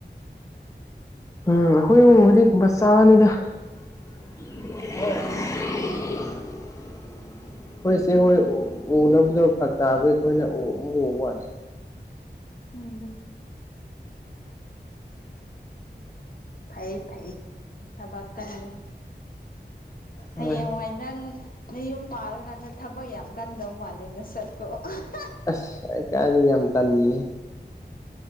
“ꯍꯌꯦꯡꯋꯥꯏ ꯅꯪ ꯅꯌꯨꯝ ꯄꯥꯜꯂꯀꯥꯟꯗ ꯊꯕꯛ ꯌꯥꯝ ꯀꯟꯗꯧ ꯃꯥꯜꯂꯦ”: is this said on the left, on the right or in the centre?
Left